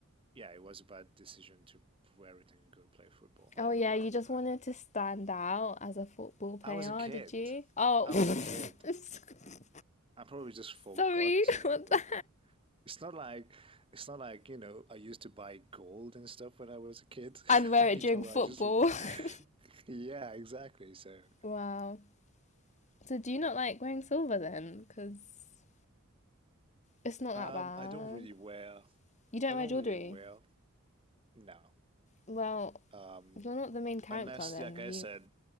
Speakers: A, on the right; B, on the left.
A: yeah, it was a bad decision to wear it and go play football.
B: Oh
A: I don't
B: yeah,
A: know why
B: you
A: I did
B: just
A: that.
B: wanted to stand out as a football player,
A: I was a kid.
B: did you? Oh,
A: I was a kid.
B: <laughs>
A: I probably just forgot
B: sorry.
A: to
B: <laughs>
A: remove
B: What the-
A: it. It's not like it's not like, you know, I used to buy gold and stuff when I was a kid.
B: and
A: <laughs>
B: wear it
A: You
B: during
A: know,
B: football.
A: I just
B: <laughs>
A: <laughs> yeah, exactly. So,
B: Wow. So do you not like wearing silver then? Because it's not that
A: um,
B: bad.
A: I don't really wear
B: You don't
A: I don't
B: wear jewelry.
A: really wear no.
B: Well,
A: Um,
B: you're not the main character
A: unless
B: then.
A: like I
B: You.
A: said